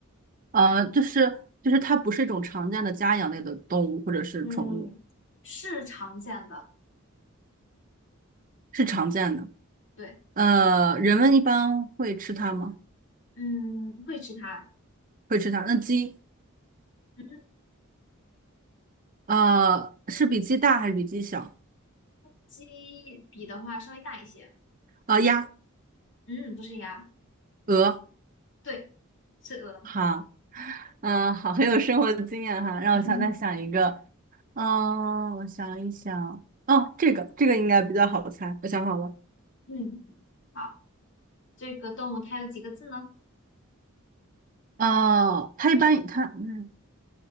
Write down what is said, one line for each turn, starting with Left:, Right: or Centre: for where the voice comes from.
Right: 呃，就是就是它不是一种常见的家养类的动物或者是宠物，
Left: 嗯，是常见的，
Right: 是常见的。
Left: 对，
Right: 呃，人们一般会吃它吗？
Left: 嗯，会吃它。
Right: 会吃它。那鸡，
Left: 嗯，
Right: 呃，是比鸡大还是比鸡小？
Left: 鸡比的话稍微大一些。
Right: 呃，鸭、
Left: 嗯，不是鸭，
Right: 鹅，
Left: 对，是鹅。
Right: 好，嗯、好，很有生活的经验哈。让我想再想一个，
Left: <laughs>
Right: 嗯、我想一想，哦，这个这个应该比较好猜，我想好了。
Left: 嗯，好，这个动物它有几个字呢？
Right: 呃，它一般它嗯。